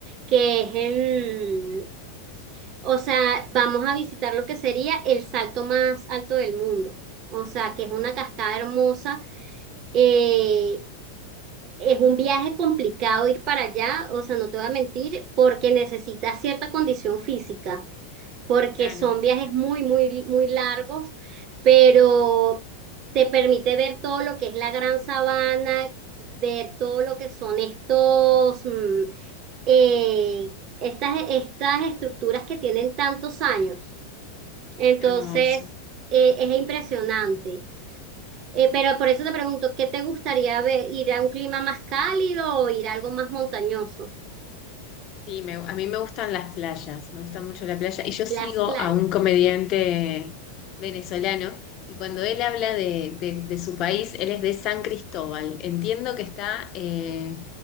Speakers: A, on the right; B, on the left.
A: que es en, o sea, vamos a visitar lo que sería el salto más alto del mundo. O sea, que es una cascada hermosa. eh, es un viaje complicado ir para allá, o sea, no te voy a mentir, porque necesitas cierta condición física porque
B: Claro,
A: son viajes muy, muy, muy largos, pero te permite ver todo lo que es la gran sabana, ver todo lo que son estos, mm, eh, estas, estas estructuras que tienen tantos años. Entonces,
B: hermoso.
A: eh, es impresionante. Eh, pero por eso te pregunto, ¿qué te gustaría ver? ¿Ir a un clima más cálido o ir a algo más montañoso?
B: Sí, me- a mí me gustan las playas, me gusta mucho la playa. Y yo sigo
A: Las playas.
B: a un comediante venezolano y cuando él habla de, de- de su país, él es de San Cristóbal. Entiendo que está eh,